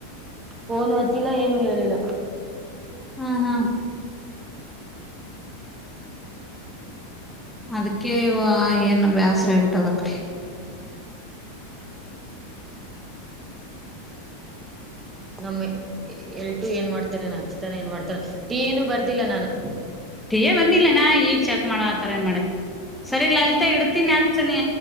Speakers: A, on the right; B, in the centre.
A: ಫೋನು ಹಚ್ಚಿಲ್ಲ ಏನು ಹೇಳಿಲ್ಲ
B: ಹ ಹ ಅದಕೆ ವಾ ಏನ ಬ್ಯಾಸ್ರ ಆಗ್ಬಿಟದ ಅಕಡಿ
A: ನಮ್ ಎಲ್ಟು ಏನ್ ಮಾಡ್ತೇನೆ ನಾನ್ ಹಚ್ಚಿತನ ಏನ್ ಮಾಡ್ತಾರ ಟೀ ಏನು ಬರ್ದಿಲ್ಲ ನಾನು
B: ಟೀ ಎ ಬಂದಿಲ್ಲನಾ ಈಗ ಚೆಕ್ ಮಾಡ ಆತರ ಏನ್ ಮಾಡ ಸರಿ ಲಲಿತಾ ಇಡ್ತೀನಿ ಹಚ್ ನೀ